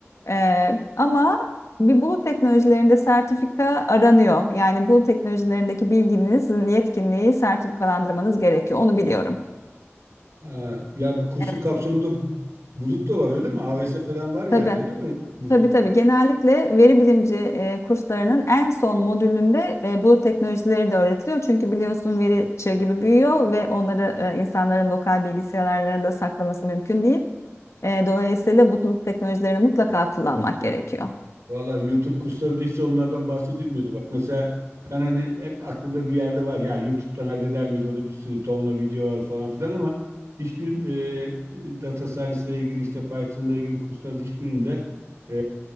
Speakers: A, on the left; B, on the right.
A: Eee, ama bir bulut teknolojilerinde sertifika aranıyor. Yani bulut teknolojilerindeki bilginizin yetkinliği sertifikalandırmanız gerekiyor. Onu biliyorum.
B: Ha, ya bu kursun
A: Evet.
B: kapsamında bu- bulut da var öyle mi? AWS falan var yani
A: Tabii.
B: öyle mi? Bu,
A: Tabii tabii. Genellikle veri bilimci e, kurslarının en son modülünde e, bulut teknolojileri de öğretiliyor. Çünkü biliyorsun veri çığ gibi büyüyor ve onları e, insanların lokal bilgisayarlarında saklaması mümkün değil. E, dolayısıyla bu bulut teknolojilerini mutlaka kullanmak gerekiyor.
B: Valla YouTube kurslarında hiç onlardan bahsedilmiyordu. Bak mesela ben hani hep aklımda bir yerde var. Ya YouTube'dan halleder miyiz? Orada bir sürü tonla video var falan filan ama hiçbir e, data science ile ilgili işte Python'la ilgili kurslarda hiçbirinde e,